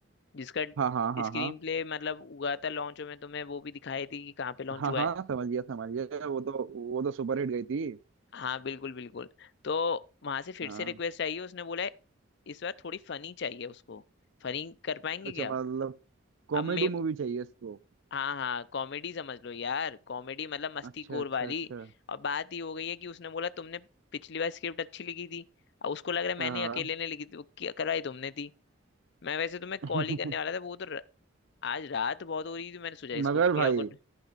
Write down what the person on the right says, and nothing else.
हाँ हाँ हाँ
हाँ
हाँ
हाँ
समझ गया समझ गया वो तो वो तो सुपर हिट गई थी
हाँ
अच्छा
मतलब कॉमेडी
मूवी चाहिए इसको
अच्छा
अच्छा
अच्छा
हाँ
<laughs>
मगर
भाई